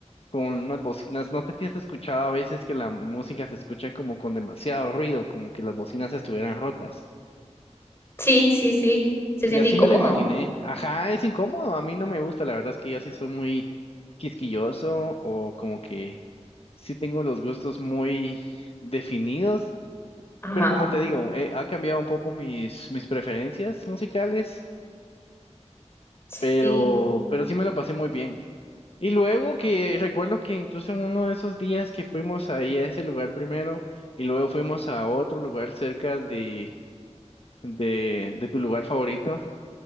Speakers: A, on the left; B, on the left.
A: con unas bocinas. No sé si has escuchado a veces que la música se escucha como con demasiado ruido, como que las bocinas estuvieran rotas.
B: Sí, sí, sí. Se
A: Y
B: siente
A: así
B: incómodo.
A: me lo imaginé. Ajá, es incómodo, a mí no me gusta, la verdad es que yo sí soy muy quisquilloso o como que sí tengo los gustos muy definidos,
B: Ajá.
A: pero como te digo, eh, ha cambiado un poco mis, mis preferencias musicales,
B: Sí,
A: pero, pero sí me la pasé muy bien. Y luego que eh, recuerdo que incluso en uno de esos días que fuimos ahí a ese lugar primero y luego fuimos a otro lugar cerca de, de, de tu lugar favorito,